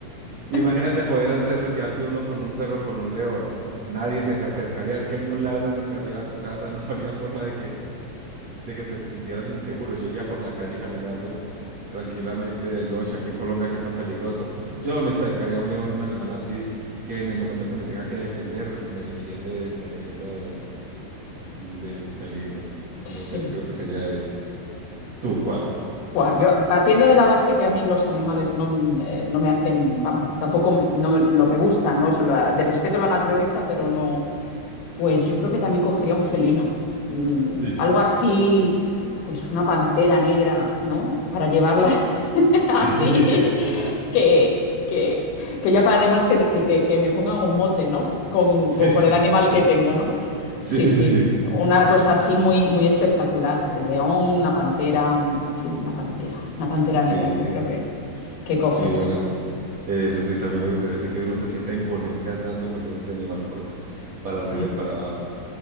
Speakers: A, on the right; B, on the left.
A: imagínate
B: <laughs>
A: poder hacer lo que hace uno con un perro, con un león. Nadie se te acercaría, es que ni un ladrón entraría a tu casa, <laughs> no habría forma de que, de que te sintieras inseguro. Yo iría por la calle caminando tranquilamente de noche, aquí en Colombia que es tan peligroso. Yo domesticaría un león, un animal así que en el momento que me tenga que defender, me defiende, me defienda de, del peligro.
B: Sí.
A: No sé, yo creo que sería ese. ¿Tú cuál?
B: Buah, yo partiendo de la base que a mí los animales no, eh, no me hacen, vamos, tampoco me, no, lo, me gustan, ¿no? O sea, lo- de respeto a la naturaleza, pero no, pues yo creo que también cogería un felino, mm,
A: Sí.
B: algo así, pues una pantera negra, ¿no? Para llevarla <laughs> así,
A: <laughs>
B: que, que, que ya para además que, que- que que me pongan un mote, ¿no? Con,
A: Sí,
B: con-
A: sí,
B: por el animal que tengo, ¿no?
A: sí,
B: Sí,
A: sí,
B: sí,
A: sí,
B: una cosa así muy, muy espectacular. El león, una pantera, un- sí, una pantera, una pantera
A: sí,
B: negra, yo creo que, que cogería.
A: sí, sí, bueno, eso sí, también me gustaría así que uno se sienta imponente andando con ese animal por, para arriba
B: Mm.
A: y para abajo.